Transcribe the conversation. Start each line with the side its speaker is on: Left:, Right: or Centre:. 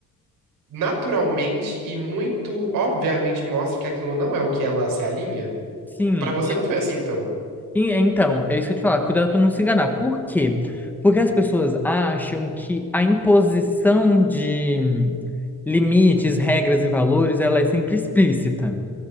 Right: naturalmente e muito obviamente mostre que aquilo não é o que ela se alinha.
Centre: Sim,
Right: Pra você não foi assim, então?
Centre: E, Então, é isso que eu te falar, cuidado para não se enganar. Por quê? Porque as pessoas acham que a imposição de hum, limites, regras e valores, ela é sempre explícita.